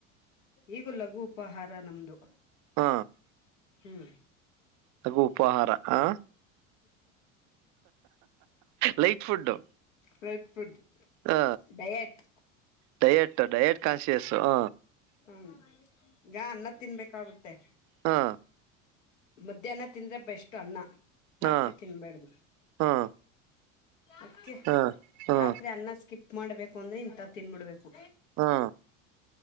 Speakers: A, on the left; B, on the right.
A: ಈಗ ಲಘು ಉಪಹಾರ ನಮ್ದು
B: ಹ
A: ಹ್ಮ
B: ಲಘು ಉಪಹಾರ ಹಾ ಲೈಟ್ ಫುಡ್
A: ಹ <unintelligible> ಫುಡ್
B: ಹ
A: ಡಯಟ್
B: ಡಯಟ್ ಡಯಟ್ ಕಾನ್ಸಿಯಸ್ ಹ
A: ಹ್ಮ್ ಈಗ ಅನ್ನದ ತಿನ್ಬೇಕಾಗುತ್ತೆ
B: ಹಾ
A: ಮಧ್ಯಾಹ್ನ ತಿಂದ್ರೆ ಬೆಷ್ಟು ಅನ್ನ
B: ಹಾ
A: ರಾತ್ರಿ ತಿನ್ನಬಾರದು
B: ಹಾ
A: ಅದಕ್ಕೆ
B: ಹಾ ಹಾ
A: ರಾತ್ರಿ ಅನ್ನ ಸ್ಕಿಪ್ ಮಾಡ್ಬೇಕು ಅಂದ್ರೆ ಇಂತದ್ ತಿನ್ಬಿಡ್ಬೇಕು
B: ಹಾ